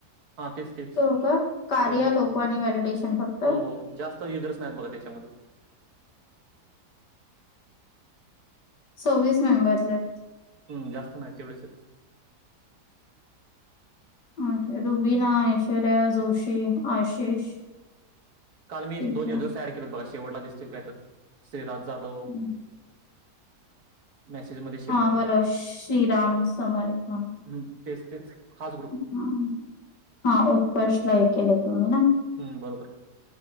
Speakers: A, on the right; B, on the left.
A: हा तेच तेच
B: त का कार्या
A: हो हो
B: लोकवानी वेलिडेशन फक्त
A: हो हो जास्त युजर्स नाहीत बघा त्याच्यामध्ये
B: सव्वीस मेंबर्स आहेत
A: हम् जास्त नाही तेवढेच
B: ओके रुबीना ऐश्वर्या जोशी आशिष
A: काल मी
B: ठीक
A: दोन दिवस
B: आहे
A: दिवस ऍड केले बघा शेवटला दिसतील काय तर श्रीराज जाधव
B: हम्म.
A: मेसेजमध्येध्ये
B: हा बरं श्रीराम समरथ
A: हम्म तेच तेच हाच गडू
B: ह हा उत्कर्ष ला हे केले तुम्ही ना
A: हम्म बरोबर